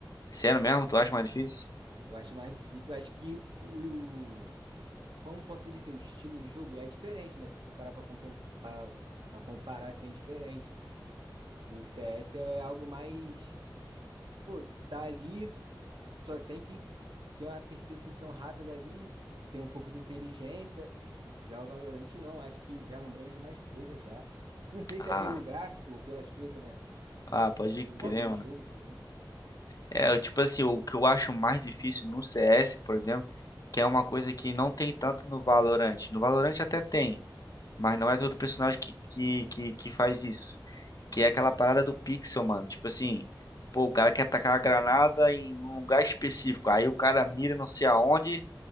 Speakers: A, on the left; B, on the right.
A: Sério mesmo, tu acha mais difícil?
B: Eu acho mais difícil. Eu acho que o. o- Como posso dizer, o estilo de jogo é diferente, né? Se for parar pra, compensar pra... pra comparar, assim, é diferente. O CS é algo mais. Pô, tu tá ali só tem que ter uma percepção rápida ali, ter um pouco de inteligência. Já o Valorante não, acho que já abrange mais coisas já. Não sei
A: Ah,
B: se é pelo gráfico ou pelas coisas, né?
A: ah, pode
B: Pelo modo
A: crer,
B: de jogo também.
A: É, eu, tipo assim, o que eu acho mais difícil no CS, por exemplo, que é uma coisa que não tem tanto no Valorant. No Valorant até tem, mas não é todo personagem que, que, que, que faz isso. Que é aquela parada do pixel, mano. Tipo assim, pô, o cara quer atacar a granada em um lugar específico. Aí o cara mira não sei aonde,